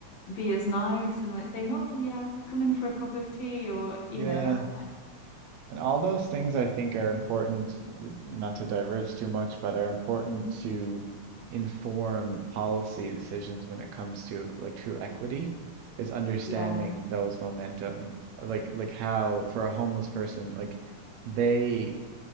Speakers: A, on the left (about 60°); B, on the right (about 75°).
A: be as nice and like saying, "Oh yeah, come in for a cup of tea," or you
B: Yeah.
A: know,
B: And all those things I think are important, to, not to diverge too much, but are important
A: Mm.
B: to inform policy decisions when it comes to like true equity, is understanding
A: yeah,
B: those momentum, like like how for a homeless person, like they